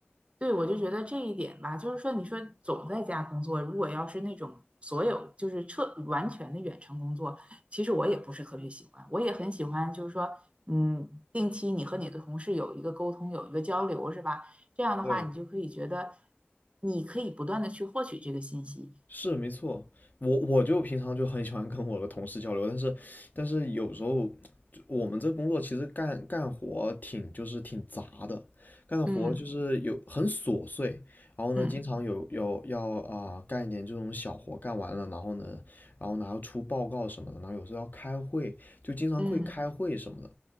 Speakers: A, on the right (about 30°); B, on the left (about 45°).
A: 对，我就觉得这一点吧，就是说，你说总在家工作，如果要是那种所有就是彻完全的远程工作，其实我也不是特别喜欢。我也很喜欢，就是说，嗯，定期你和你的同事有一个沟通，有一个交流，是吧？这样的话，
B: 对，
A: 你就可以觉得你可以不断的去获取这个信息。
B: 是没错，我我就平常就很喜欢跟我的同事交流，但是但是有时候就我们这工作其实干干活挺就是挺杂的，干的活就是有很琐碎，
A: 嗯
B: 然后呢，
A: 嗯
B: 经常有有要啊、干一点这种小活干完了，然后呢，然后呢还要出报告什么的，然后有时候要开会，就经常会开会什么的，
A: 嗯，